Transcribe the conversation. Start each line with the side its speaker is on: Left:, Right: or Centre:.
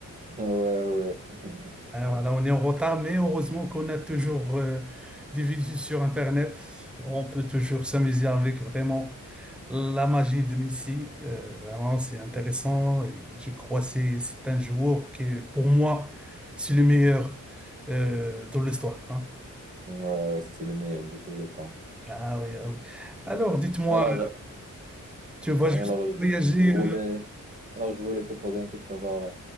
Right: Ouais, ouais, <laughs>
Centre: Alors là, on est en retard, mais heureusement qu'on a toujours euh, des vidéos sur Internet. On peut toujours s'amuser avec vraiment. La magie de Messi, euh, vraiment, c'est intéressant. Et je crois que c'est c'est un joueur qui, est, pour moi, c'est le meilleur euh, dans l'histoire. hein.
Right: ouais, ouais, c'est le meilleur de tous les temps.
Centre: Ah oui, ah oui. Alors, dites-moi,
Right: Alors,
Centre: tu vas
Right: euh,
Centre: juste
Right: alors, je
Centre: voyager.
Right: je voulais,
Centre: euh,
Right: alors, je voulais te poser une question, genre, euh,